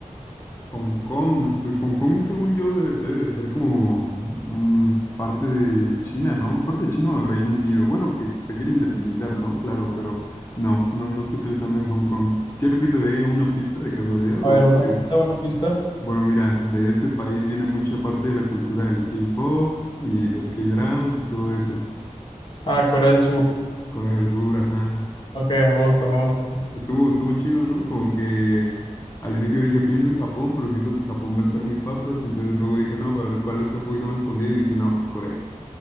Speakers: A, on the left (about 25°); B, on the left (about 40°).
A: Hong Kong, pues Hong Kong, según yo, debe, debe de ser como mm, parte de China, ¿no? Parte de China o de Reino Unido. Bueno, que se quiere independizar, ¿no? Claro, pero no, no, no estoy pensando en Hong Kong. ¿Quieres que te dé una pista de casualidad
B: A
A: o
B: ver, una
A: quieres?
B: pista, una pista.
A: Bueno, mira, de este país viene mucha parte de la cultura del K-pop y los K-dramas y todo eso.
B: Ah, Corea del Sur.
A: Corea del Sur, ajá.
B: Ok, me gusta, me gusta.
A: Estuvo, estuvo chido, ¿no? Como que al inicio dije, pienso en Japón, pero siento que Japón va a estar muy papas. Entonces luego dije, no, a ver cuál está un poquito más escondido. Y dije, no, pues Corea.